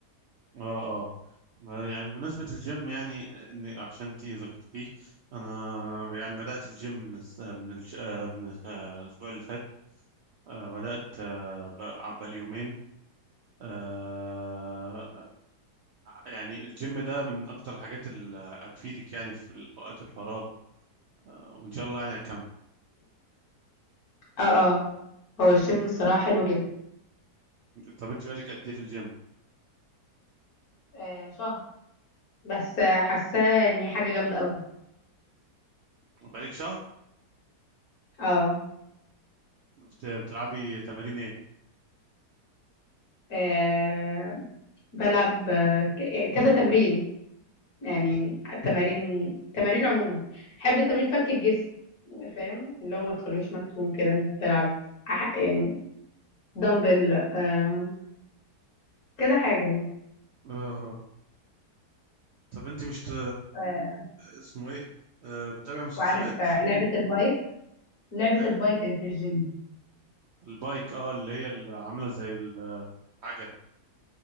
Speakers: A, on the right (about 75°); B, on the left (about 65°).
A: اه اه يعني بمناسبة الجيم يعني إن عشان انتي ذكرتيه أنا يعني بدأت الجيم من الس- من الج- آه، من آه، الأسبوع اللي فات آه، بدأت آه، ب- بقالي يومين آه، آه، يعني الجيم ده من أكتر الحاجات اللي هتفيدك يعني في وقت الفراغ آه، وإن شاء الله يعني هتكمل
B: اه اه هو الجيم الصراحة حلو جدا
A: طب أنت بقالك قد إيه في الجيم؟
B: آه شهر بس آه، حاساه اني حاجة جامدة قوي
A: بقالك شهر؟
B: اه
A: بت- بتلعبي تمارين إيه؟
B: آه بلعب آه، ك- يعني كذا تمرين يعني التمارين التمارين عموما بحب التمارين فك الجسم فاهم اللي هو ما تخلوش مكتوم كده تلعب أح- يعني دمبل آه كذا حاجة يعني
A: آه. آه. طب أنت مش ت...
B: آه
A: اسمه إيه؟ آه، بتتابع مسلسلات؟
B: وعارف آه، لعبة البايك لعبة
A: لا،
B: البايك اللي في الجيم
A: البايك اه اللي هي اللي عاملة زي العجلة